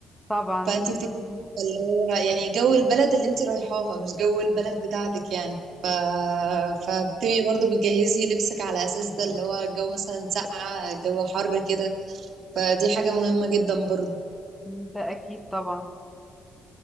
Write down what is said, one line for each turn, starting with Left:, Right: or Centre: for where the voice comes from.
Centre: طبعا
Right: فانت
Centre: لازم-
Right: بتبقى عارفة اللي هو يعني جو البلد اللي انت رايحاها مش جو البلد بتاعتك يعني ف... فبتبقي برضو بتجهزي لبسك على اساس ده اللي هو الجو مثلا ساقعة جو حر كده فدي حاجة مهمة جدا برضو
Centre: ده أكيد طبعا